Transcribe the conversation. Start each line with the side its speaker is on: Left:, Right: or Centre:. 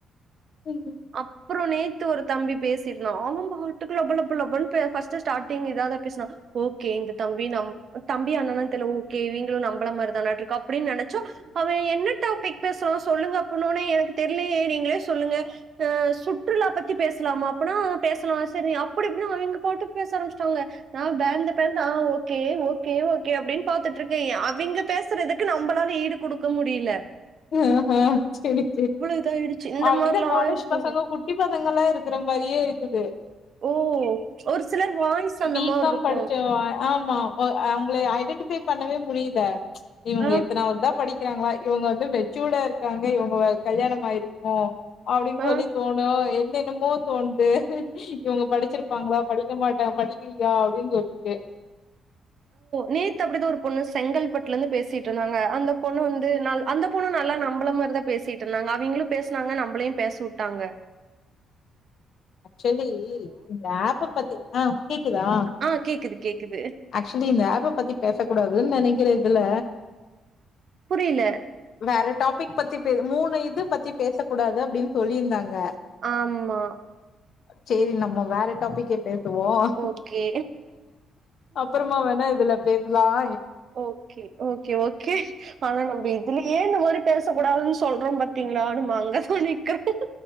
Left: ம்.
Right: அப்புறோ நேத் து ஒரு தம்பி பேசிருந்தா அவன் பாட்டுக்கு லப லப லபன் பே பர்ஸ்ட் ஸ்டார்டிங் இதாதா பேசுனா ஓகே இந்த தம்பி நம் தம்பி அண்ணனான் தெர்ல ஓகேவீங்களு நம்பள மாரி தானாட்ருக்கு அப்டின் நெனச் சோ அவன் என்ன டாபிக் பேசுறான் சொல்லுங்க அப்புன்னோனயே எனக்கு தெர்லயே நீங்களே சொல்லுங்க அ சுற்றுலா பத்தி பேசலாமா அப்பன்னா பேசலா சரி அப்டி எப்டின்னா அவிங்க பாட்டு பேச ஆரம்பிச்ட்டாங்க நான் பேந்த பேந்த அ ஓகே ஓகே ஓகே அப்டின் பாத்துட் இருக்கேன் அவிங்க பேசுறதுக்கு நம்பளால ஈடு குடுக்க முடியில
Left: அ ஹ செரி செரி
Right: இதாயிடுச்சு இந்த
Left: அப்டிதான்
Right: மாரிலா
Left: காலேஜ்
Right: போகும்.
Left: பசங்க குட்டி பசங்கல்லா இருக்குற மாரியே இருக்குது
Right: ஓ ஒரு சிலர் வாய்ஸ் அந்த
Left: பீ
Right: மார்ருக்கு.
Left: காம் படிச்ச ஆமா அவங்களய ஐடென்டிஃபை பண்ணவே முடியில இவுங்க
Right: ஆ
Left: எத்தனாவது தான் படிக்கிறாங்களா இவுங்க வந்து வெச்சூடா இருக்காங்க இவுங்க வ கல்யாணம் ஆயிருக்கும் அப்டின்
Right: ஆ
Left: சொல்லி தோணும் என்னன்னமோ தோண்து இவுங்க படிச்சிருப்பாங்ளா படிக்க மாட்டா படி லியா அப்டின் தோன்து
Right: நேத்து அப்படிதான் ஒரு பொண்ணு செங்கல்பட்டுல இருந்து பேசிட்டு இருந்தாங்க அந்த பொண்ணு வந்து அந்த பொண்ணு நல்லா நம்மள மாதிரி தான் பேசிட்டு இருந்தாங்க அவிங்களும் பேசனாங்க நம்மளையும் பேச விட்டாங்க <inaudible>
Left: ஆக்சுவலி இந்த ஆப்ப பத்தி ஆஹ் கேக்குதா
Right: ஆ கேக்குது கேக்குது.
Left: ஆக்சுவலி இந்த ஆப்பை பத்தி பேசக் கூடாதுன்னு நினைக்கிற இல்ல
Right: புரியல.
Left: வேற டாபிக் பத்தி பேச மூணு இது பத்தி பேச கூடாது அப்படின்னு சொல்லியிருந்தாங்க
Right: ஆமா
Left: சரி நம்ம வேற டாபிக்கே பேச வம்
Right: ஓகே.
Left: அப்புறமா வேணா இதுல பேசலாம்
Right: ஓகே ஓகே ஓகே ஆனா நம்ம இதுல ஏன் இந்த மாதிரி பேச கூடாதுன்னு சொல்றோம் பாத்தி ங்க திக்கிறோம்